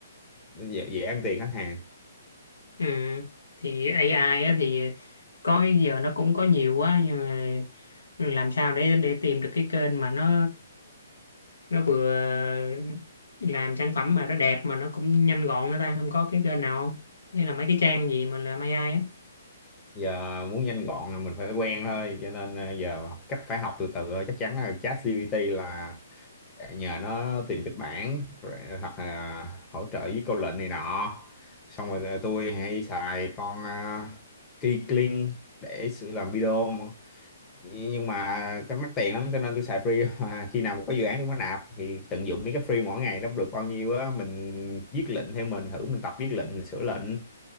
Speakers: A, on the left; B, on the left.
A: dễ, dễ ăn tiền khách hàng
B: Ừ. Thì AI á, thì có giờ nó cũng có nhiều quá nhưng mà làm sao để để tìm được cái kênh mà nó nó vừa làm sản phẩm mà nó đẹp mà nó cũng nhanh gọn nữa ta không có cái kênh nào không hay là mấy cái trang gì mà làm AI á
A: giờ muốn nhanh gọn là mình phải quen thôi cho nên à, giờ cách phải học từ từ thôi chắc chắn là ChatGPT là à, nhờ nó tìm kịch bản rồi, ờ, hoặc là hỗ trợ với câu lệnh này nọ xong rồi ờ, tôi hay xài con à, Keyblade để sự làm video mà. nhưng mà cái mắc tiền lắm cho nên tôi xài free <laughs> mà khi nào mà có dự án tôi mới nạp thì tận dụng mấy cái free mỗi ngày nó được bao nhiêu á mình viết lệnh theo mình thử mình tập viết lệnh mình sửa lệnh